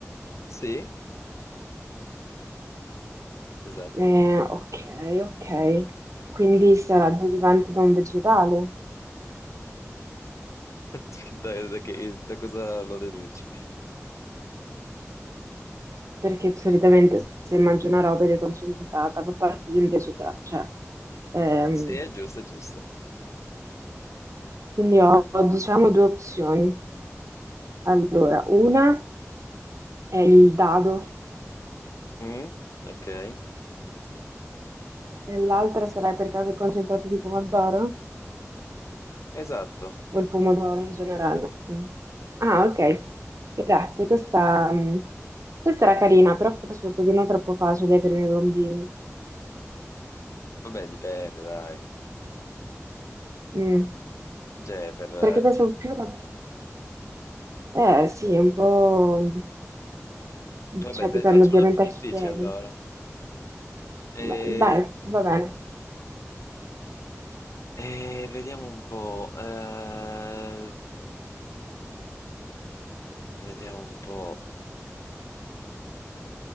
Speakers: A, on the left; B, on the right.
A: sì, esatto.
B: Eh, ok, ok. Quindi sarà derivante da un vegetale,
A: <laughs> Dai, da, che- da cosa lo deduci?
B: perché solitamente se mangi una roba ed è concentrata, fa parte di un vegetale, cioè ehm,
A: Sì, è giusto, è giusto.
B: Quindi ho, ho, diciamo due opzioni. Allora, una è il dado
A: Mm, ok,
B: e l'altra sarà per caso il concentrato di pomodoro
A: esatto.
B: o il pomodoro in generale. Mm. Ah, ok. Grazie, questa, mm, questa era carina, però forse un pochino troppo facile per i miei bambini.
A: Vabbè, dipende, dai.
B: Mm.
A: Cioè, per... eh,
B: Perché pensavo più... rob- Eh sì, è un po'...
A: Vabbè,
B: Cioè,
A: te
B: dipende
A: ne faccio
B: ovviamente
A: una più difficile
B: a chi chiedi.
A: allora. Eh,
B: Beh, dai, va bene.
A: Eh, vediamo un po'. eh, vediamo un po'.